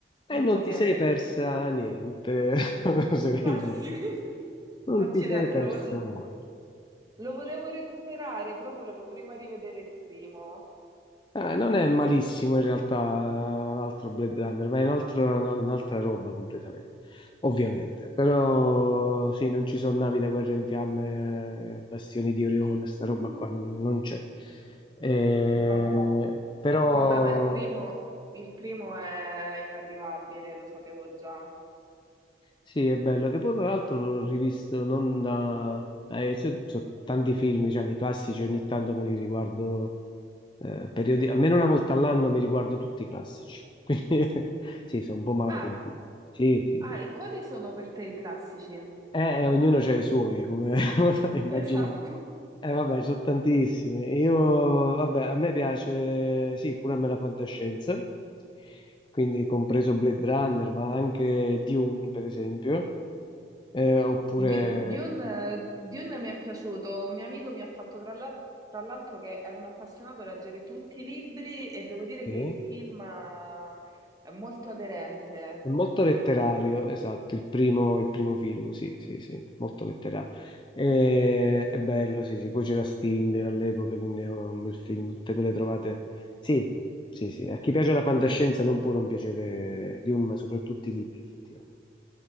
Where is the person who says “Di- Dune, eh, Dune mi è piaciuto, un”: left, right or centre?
Right